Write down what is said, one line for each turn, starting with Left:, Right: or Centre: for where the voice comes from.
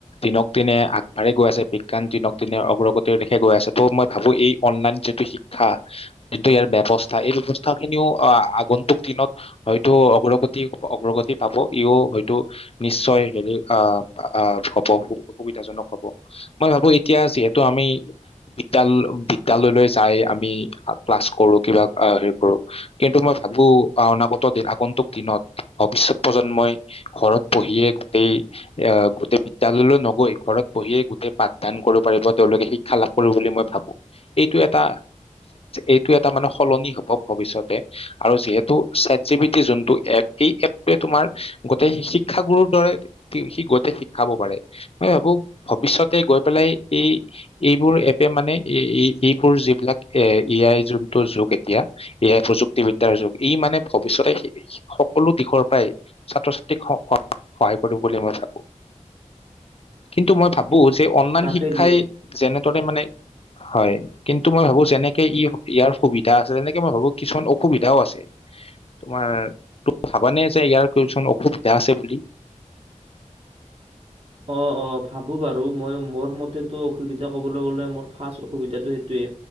Left: দিনক দিনে আগবাঢ়ি গৈ আছে বিজ্ঞান দিনক দিনে অগ্ৰগতিৰ দিশে গৈ আছে ত' মই ভাবো এই অনলাইন যিটো শিক্ষা যিটো ইয়াৰ ব্যৱস্থা এই ব্যৱস্থা খিনিও আগন্তুক দিনত হয়তো অগ্ৰগতি। অগ্ৰগতি পাব ইও হয়তো নিশ্চয় হেৰি আহ হব সুবিধাজনক হব মই ভাবো এতিয়া যিহেতু আমি বিদ্যালয় বিদ্যালয়লৈ যাই আমি ক্লাছ কৰো কিবা হেৰি কৰো কিন্তু মই ভাবো অনাগত দিন আগন্তুক দিনত। ভৱিষ্যত প্ৰজন্মই ঘৰত বহিয়ে গোটেই আহ গোটেই বিদ্য়ালয়লৈ নগৈ ঘৰত বহিয়ে গোটেই পাঠদান কৰিব পাৰিব। তেওঁলোকে শিক্ষা লাভ কৰিব বুলি মই ভাবো এইটো সঁচাই এটা এইটো এটা মানে সলনি হব ভৱিষ্যতে আৰু যিহেতু ছাট জি পি টি যোনটো এপ। এই এপটোৱে তোমাৰ গোটেই শিক্ষাগুৰুৰ দৰে সি গোটেই শিকাব পাৰে মই ভাবো ভৱিষ্যতে গৈ পেলাই এই এইবোৰ এপে মানে এইবোৰ যিবিলাক এ এ আই যোনটো যুগ এতিয়া এ আই প্ৰযুক্তিবদ্যাৰ যুগ ই মানে ভৱিষ্যতে। সকলো দিশৰ পৰাই ছাত্ৰ ছাত্ৰী। ত্ৰীক সহায় কৰিব। <unintelligible> বুলি ম‌ই ভাবোঁ। কিন্তু মই ভাবো বো যে অনলাইন
Right: তাকে
Left: শিক্ষাই
Right: দিয়া
Left: যেনেদৰে মানে হয় কিন্তু মই ভাবো যেনেকে ই ইয়াৰ সুবিধা আছে তেনেকে মই ভাবো কিছুমান অসুবিধাও আছে। তোমাৰ ভাবানে যে ইয়াৰ কিছুমান অসুবিধা আছে বুলি?
Right: অ অ ভাবোঁ বাৰু ময়ো। মোৰ মতে অসুবিধা ক'বলৈ গ'লে মোৰ ফাৰ্ষ্ট অসুবিধাটো সেইটোৱে